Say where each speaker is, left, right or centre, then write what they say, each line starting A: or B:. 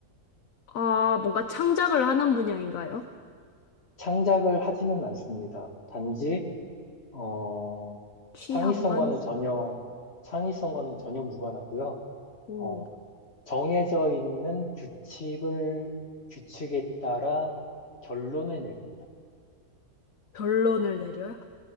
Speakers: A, on the left; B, on the left.
A: 아, 뭔가 창작을 하는 분야인가요?
B: 창작을 하지는 않습니다. 단지 어,
A: 취합만?
B: 창의성과는 전혀 창의성과는 전혀 무관하고요.
A: 오.
B: 어, 정해져 있는 규칙을 규칙에 따라 결론을 내립니다.
A: 결론을 내려요?